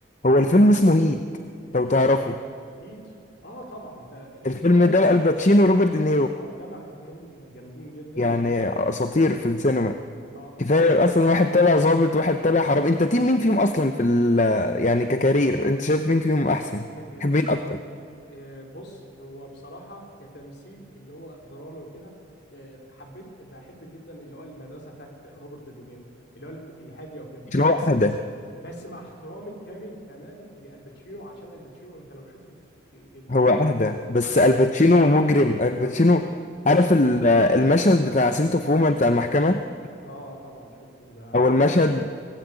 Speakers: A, on the left; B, on the left.
A: هو الفيلم اسمه هيت لو تعرفه
B: هيت آه طبعًا تهيت
A: الفيلم
B: دوت
A: ده الباتشينو وروبرت
B: آه
A: دينيرو
B: آه جامعة اتنين جامدين جدًا
A: يعني اساطير في السينما
B: آه آه
A: كفايه اصلا واحد طالع ظابط واحد طالع حرامي انت تيم مين فيهم اصلا في ال يعني ككارير انت شايف مين فيهم احسن
B: ك ك كريم
A: تحب مين اكتر
B: آه، بص هو بصراحة كتمثيل اللي هو درامي وكده آه، حبيت بحب جدا اللي هو المدرسة بتاعت روبرت دينيرو اللي هو الف- الهادية وكده
A: عشان هو
B: بس
A: اهدى
B: بس بس مع احترامي الكامل كمان لالباتشينو عشان الباتشينو انت لو شفته في في التمثيل
A: هو اهدى بس
B: اه
A: الباتشينو مجرم الباتشينو
B: اه انت
A: عارف
B: لو شفته
A: ال- المشهد بتاع سنتو فوما بتاع المحكمة
B: اه آه، طبعا شفته ده عظيم
A: او المشهد